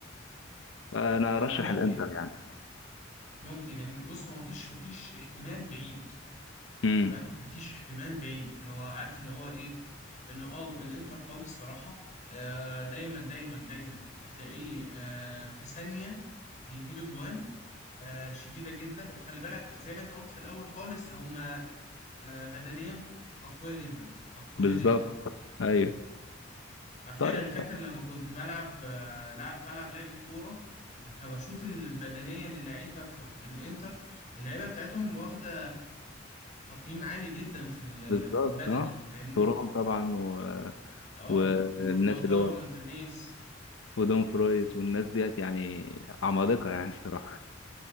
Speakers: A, on the left; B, on the left.
A: فانا
B: آه
A: ارشح
B: ممكن
A: الانتر يعني
B: ممكن يعني بص هو مفيش مفيش احتمال بعيد
A: امم
B: فاهم مفيش احتمال بعيد هو عارف اللي هو ايه ان اه الانتر قوي الصراحه آه دايما دايما دايما هتلاقيه آه في ثانيه بيجيب اجوان آه شديده جدا وخلي بالك زي ما انت قلت في الاول خالص هم آه، بدنيا أقوية جدا أقوية
A: بالظبط
B: جدا
A: ايوه
B: حرفيا
A: طيب
B: أنا فاكر لما كنت بلعب آه، لع- بلعب لعبة كورة فبشوف ال- بدنيا اللعيبة بتوع الإنتر اللعيبة بتاعتهم واخدة تقييم عالي جدا في ال-
A: بالظبط
B: في البدني
A: اه
B: فاهمني؟
A: تورام طبعا و...
B: اه
A: والناس
B: ولو
A: اللي
B: طاروا
A: هو
B: مارتينيز
A: ودون فرويس والناس ديت يعني عمالقه يعني الصراحه